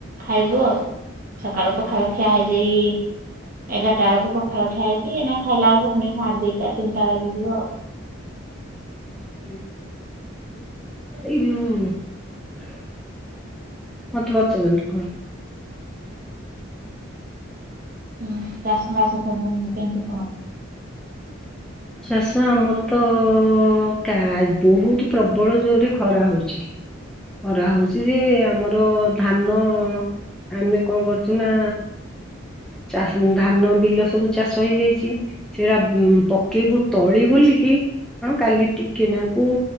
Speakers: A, on the right; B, in the centre.
A: ଖାଇବୁ ଆଉ। ସକାଳୁ ପଖାଳ ଖିଆ ହେଇଚି ଏଗାରଟା ବଳକୁ ପଖାଳ ଖିଆ ହେଇଚି ଏଇନା ଖାଇଲା ବେଳକୁ ପୁଣି ସାଢେ ଦିଟା ତିନିଟା ବାଜିଯିବ ଆଉ।
B: ହୁଁ ଏଇ ଯୋଉ ମତେ ପଚାରନ୍ତୁ କଣ?
A: ତମର ଚାଷ ବାସ ସବୁ କେମିତି କଣ?
B: ଚାଷ ଆମର ତ କା- ବହୁତ୍ ପ୍ରବଳ ଜୋର୍ ରେ ଖରା ହଉଚି। ଖରା ହଉଚି ଯେ ଆମର <unintelligible> ଧାନ ଆମେ କଣ କରୁଚୁ ନା ଚା- ଧାନ ବିଲ ସବୁ ଚାଷ ହେଇଯାଇଚି ସେରା ପ କେବୁ ତଳି ବୋଲିକି <unintelligible> କାଲି ଟିକେ ନାକୁ